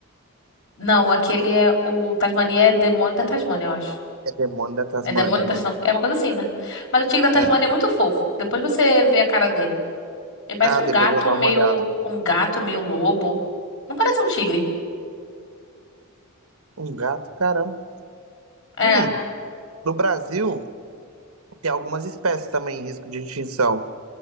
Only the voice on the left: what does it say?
Não, aquele é. O Tasmania é Demônio da Tasmânia, eu acho.
É Demônio da
Tasmânia. É uma coisa assim, né? Mas o Tigre da Tasmânia
é muito fofo. Depois você vê a cara dele. Ele parece
um
gato
meio.
Um gato meio lobo. Não parece um tigre.
É,